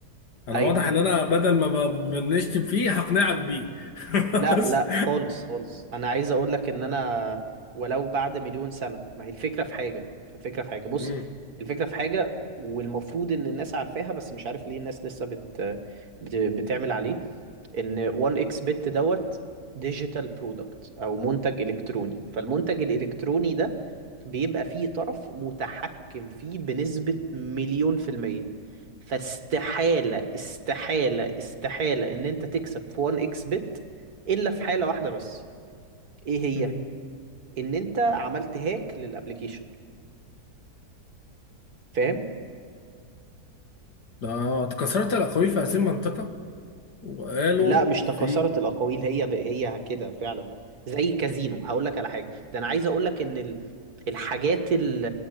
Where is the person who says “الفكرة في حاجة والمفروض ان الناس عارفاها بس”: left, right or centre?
Right